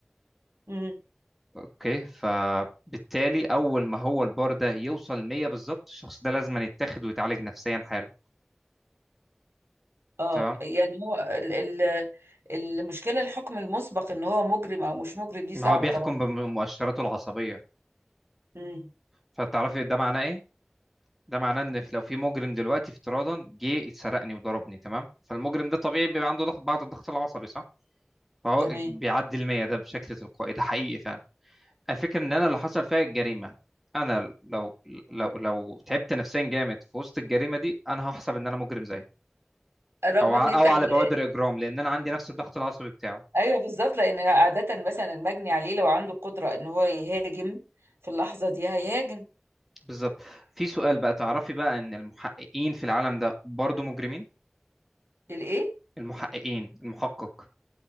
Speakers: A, on the right (about 80°); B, in the centre.
A: مم.
B: أوكي فبالتالي أول ما هو البار ده يوصل 100 بالظبط الشخص ده لازم يتاخد ويتعالج نفسيا حالا
A: اه
B: تمام
A: يعني هو ال- ال- المشكله الحكم المسبق ان هو مجرم او مش مجرم دي
B: ما
A: صعبه
B: هو بيحكم
A: طبعا
B: بمؤشراته العصبية
A: امم
B: فتعرفي ده معناه إيه؟ ده معناه ان في- لو في مجرم دلوقتي افتراضا جه اتسرقني وضربني تمام فالمجرم ده طبيعي بيبقى عنده ضغط بعض الضغط العصبي صح فهو
A: تمام
B: بيعدي المية ده بشكل تلقائي ده حقيقي فعلا الفكرة ان انا اللي حصل فيها الجريمة انا لو لو لو تعبت نفسيا جامد في وسط الجريمة دي انا هحسب ان انا مجرم زيه
A: رغم
B: او ع-
A: ان انت
B: او
A: ال-
B: على بوادر
A: <laughs>
B: اجرام لان انا عندي نفس الضغط العصبي بتاعه
A: ايوه بالظبط لان عاده مثلا المجني عليه لو عنده قدره ان هو يهاجم في اللحظه دي هيهاجم
B: بالظبط في سؤال بقى تعرفي بقى ان المحققين في العالم ده برضه مجرمين
A: للايه
B: المحققين المحقق